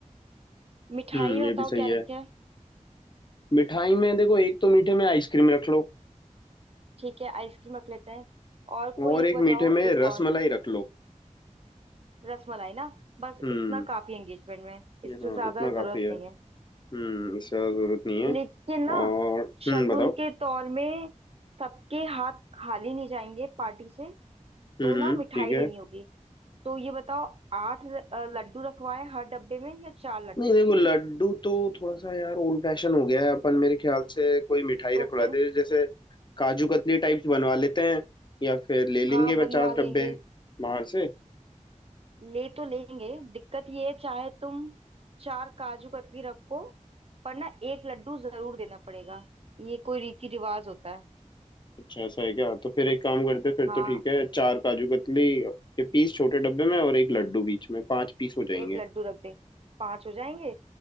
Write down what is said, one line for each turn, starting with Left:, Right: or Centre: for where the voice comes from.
Right: मिठाई
Left: हम्म
Right: में
Left: ये
Right: बताओ
Left: भी सही
Right: क्या
Left: है
Right: रखे
Left: मिठाई में देखो एक तो मीठे में आइसक्रीम रख लो
Right: ठीक है आइसक्रीम रख लेते हैं और कोई
Left: और
Right: एक
Left: एक
Right: बताओ
Left: मीठे में
Right: एक
Left: रसमलाई
Right: और
Left: रख लो
Right: रसमलाई ना बस
Left: हम्म
Right: इतना काफी एंगेजमेंट में इससे
Left: ये हाँ
Right: ज्यादा
Left: इतना काफी
Right: जरूरत
Left: है
Right: नहीं है
Left: हम्म इससे ज्यादा जरूरत नहीं है
Right: लेकिन ना
Left: और हम्म
Right: शगुन
Left: बताओ
Right: के तौर में सबके हाथ खाली नहीं जाएंगे पार्टी से
Left: हम्म
Right: तो ना
Left: हम्म,
Right: मिठाई
Left: ठीक है
Right: देनी होगी तो ये बताओ आठ ल- अ, लड्डू रखवाएं हर डब्बे में या चार लड्डू
Left: नहीं देखो लड्डू तो थोड़ा सा यार ओल्ड फैशन हो गया है अपन मेरे ख्याल से कोई मिठाई
Right: तो
Left: रखवाते
Right: फिर
Left: हैं जैसे काजू कतली टाइप्स बनवा लेते हैं या फिर ले लेंगे
Right: हाँ बनवा
Left: पचास
Right: लेंगे
Left: डब्बे बाहर से
Right: ले तो लेंगे दिक्कत ये है चाहे तुम चार काजू कतली रखो पर ना एक लड्डू जरूर देना पड़ेगा ये कोई रीति रिवाज होता है
Left: अच्छा ऐसा है क्या तो फिर एक काम करते हैं, फिर
Right: हाँ
Left: तो ठीक है चार काजू कतली के पीस छोटे डब्बे में और एक लड्डू बीच में पांच पीस हो जाएंगे
Right: एक लड्डू रख दे पांच हो जाएंगे